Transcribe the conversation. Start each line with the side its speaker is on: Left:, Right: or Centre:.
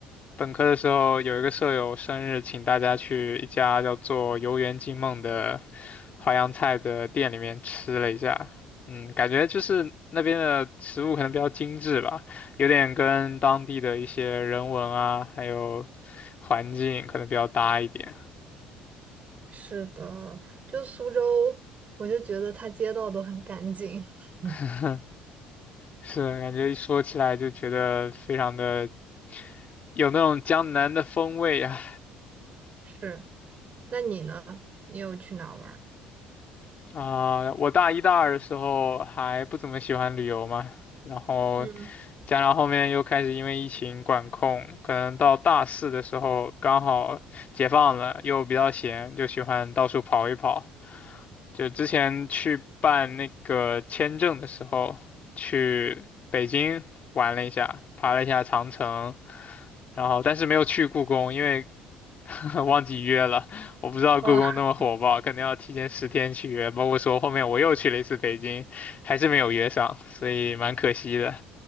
Left: 本科的时候有一个舍友生日，请大家去一家叫做“游园惊梦”的淮扬菜的店里面吃了一下。嗯，感觉就是那边的食物可能比较精致吧，有点跟当地的一些人文啊，还有环境可能比较搭一点。
Right: 是的，就苏州，我就觉得它街道都很干净。<laughs>
Left: <laughs> 是，感觉一说起来就觉得非常的有那种江南的风味啊。
Right: 是，那你呢？你有去哪儿玩儿
Left: 啊，我大一大二的时候还不怎么喜欢旅游嘛，然后
Right: 嗯，
Left: 加上后面又开始因为疫情管控，可能到大四的时候刚好解放了，又比较闲，就喜欢到处跑一跑。就之前去办那个签证的时候，去北京玩了一下，爬了一下长城，然后但是没有去故宫，因为 <laughs> 忘记约了，我不知道故宫那么火爆，
Right: 啊
Left: 可能要提前十天去约。包括说后面我又去了一次北京，还是没有约上，所以蛮可惜的。